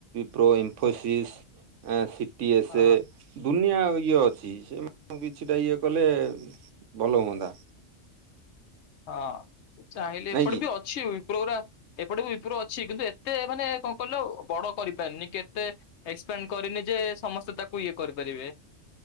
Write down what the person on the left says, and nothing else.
ହଁ
ହଁ, ଚାହିଁଲେ
ଏପଟ
ବି ଅଛି ଓଇ ଗୁରା ଏପଟେ ବି ୟୁପ୍ରୋ ଅଛି କିନ୍ତୁ ଏତେ ମାନେ କଣ କହିଲ ବଡ କରିପାରିନି କେତେ ଏକ୍ସ ତାଙ୍କ କରିନି ଯେ ସମସ୍ତେ ତାକୁ ଇଏ କରିପାରିବେ।